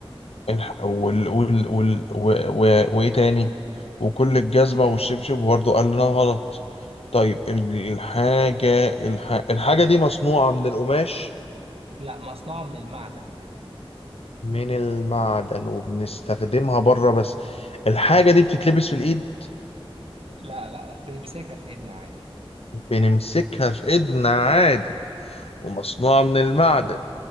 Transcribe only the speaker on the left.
الح- وال وال وال و- و- وايه تاني وكل الجزمة والشبشب برضه قال لنا غلط طيب ال- الحاجة الح... الحاجة دي مصنوعة من القماش
من المعدن وبنستخدمها بره بس الحاجة دي بتتلبس في الإيد
بنمسكها في إيدنا عادي ومصنوعة من المعدن